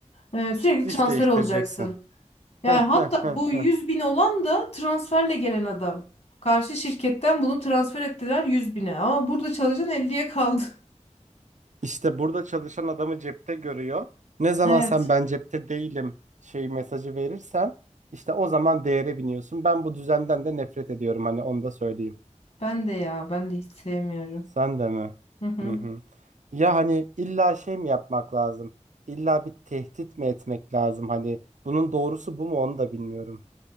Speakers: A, on the left; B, on the right.
A: E, sürekli
B: İş
A: transfer
B: değiştireceksin.
A: olacaksın. Yani
B: <laughs>
A: hatta bu 100 bin olan da transferle gelen adam. Karşı şirketten bunu transfer ettiler 100 bine. Ama burada çalışan elliye kaldı. <laughs>
B: İşte burada çalışan adamı cepte görüyor. Ne zaman
A: Evet,
B: sen ben cepte değilim şey mesajı verirsen işte o zaman değere biniyorsun. Ben bu düzenden de nefret ediyorum hani onu da söyleyeyim.
A: ben de ya, ben de hiç sevmiyorum.
B: Sen de mi?
A: Hı hı.
B: Hı hı. Ya hani illa şey mi yapmak lazım? İlla bir tehdit mi etmek lazım? Hani bunun doğrusu bu mu onu da bilmiyorum.